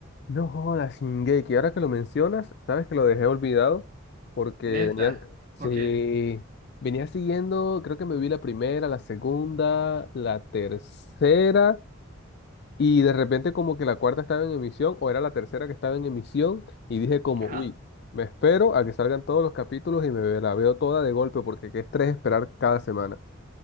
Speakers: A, on the left; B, on the right.
A: No jodas, Shingeki, ahora que lo mencionas, sabes que lo dejé olvidado porque
B: Neta.
A: venía, sí,
B: ¿Por qué?
A: venía siguiendo, creo que me vi la primera, la segunda, la tercera. Y de repente como que la cuarta estaba en emisión o era la tercera que estaba en emisión y dije como,
B: Ajá.
A: uy, me espero a que salgan todos los capítulos y me la veo toda de golpe porque qué estrés esperar cada semana.